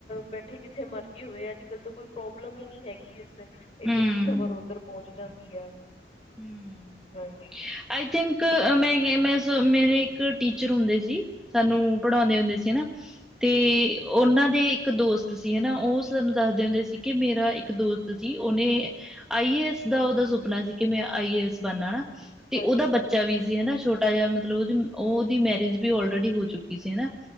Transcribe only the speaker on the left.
ਬੈਠੇ ਜਿੱਥੇ ਮਰਜ਼ੀ ਹੋਏ ਆ ਫਿਰ ਤਾਂ ਕੋਈ ਪ੍ਰੋਬਲਮ ਹੀ ਨਹੀਂ ਹੈਗੀ ਇਸ ਤੋ, ਇੱਧਰ
ਦੀ ਖ਼ਬਰ ਉਧਰ ਪਹੁੰਚ ਜਾਂਦੀ ਹੈ।
ਹਾਂਜੀ
ਹਾਂਜੀ